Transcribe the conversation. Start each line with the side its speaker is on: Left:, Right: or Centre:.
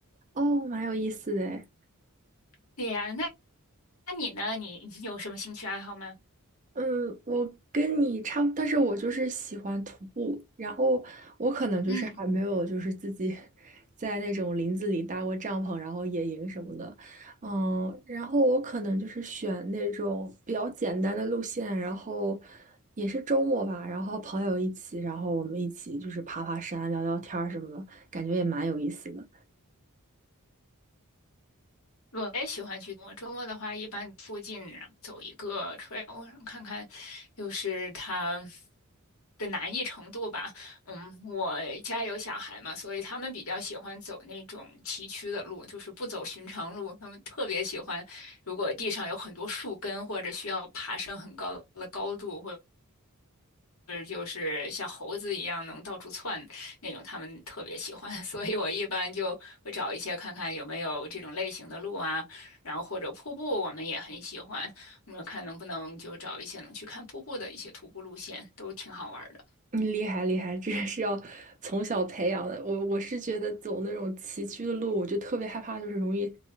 Right: 哦，蛮有意思的诶。
Left: 对呀，那那你呢？你你有什么兴趣爱好吗？
Right: 嗯，我跟你差不，但是我就是喜欢徒步，然后我可能就是还没有就是自己
Left: 嗯。
Right: 在那种林子里搭过帐篷，然后野营什么的，嗯，然后我可能就是选那种比较简单的路线，然后也是周末吧，然后朋友一起，然后我们一起就是爬爬山、聊聊天儿什么的，感觉也蛮有意思的。
Left: 我也喜欢去。我周末的话，一般附近然后走一个 trail，然后看看，就是它的难易程度吧。嗯，我家有小孩嘛，所以他们比较喜欢走那种崎岖的路，就是不走寻常路。他们特别喜欢，如果地上有很多树根，或者需要爬升很高的高度，或是就是像猴子一样能到处窜那种，他们特别喜欢，<laughs> 所以我一般就会找一些看看有没有这种类型的路啊，然后或者瀑布，我们也很喜欢，我们看能不能就找一些能去看瀑布的一些徒步路线，都挺好玩儿的。
Right: 嗯，厉害厉害，这个是要从小培养的。我我是觉得走那种崎岖的路，我就特别害怕，就是容易